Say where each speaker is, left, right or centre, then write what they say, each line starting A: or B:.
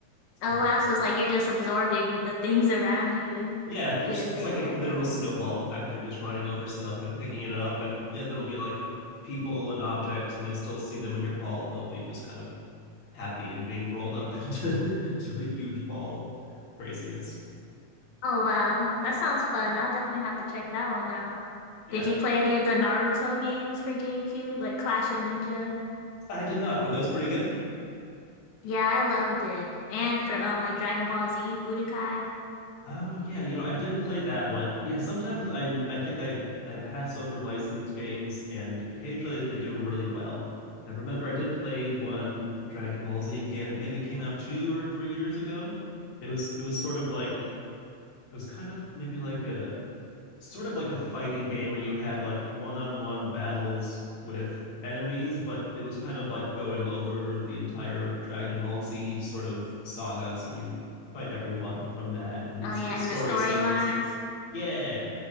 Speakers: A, on the left; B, on the left.
A: it's
B: Oh
A: very
B: wow,
A: fun
B: so it's like you're just absorbing the things around you and
A: yeah you're
B: getting
A: just, it's
B: bigger.
A: like a literal snowball effect you're just running over stuff and picking it up and yeah there'll be like people and objects and you'll still see them in your ball they'll be just kind of happy and being rolled up into, <laughs> into a huge ball of craziness
B: Oh wow, that sounds fun. I'll definitely have to check that one out.
A: Yeah.
B: Did you play any of the Naruto games for GameCube, like Clash of Ninja?
A: I did not. Were those pretty good?
B: Yeah, I loved it. And for um like Dragon Ball Z, Budokai.
A: Oh yeah, you know, I didn't play that one. Yeah, sometimes I I think I I pass over licensed games and occasionally they do them really well. I remember I did play one Dragon Ball Z game that maybe came out 2 or 3 years ago. It was it was sort of like it was kind of maybe like a sort of like a fighting game where you had like one-on-one battles with enemies, but it was kind of like going over the entire Dragon Ball Z sort of saga. So you'd fight everyone from that, and you'd
B: Oh
A: see
B: yeah,
A: the story
B: and the storylines.
A: scenes. Yeah,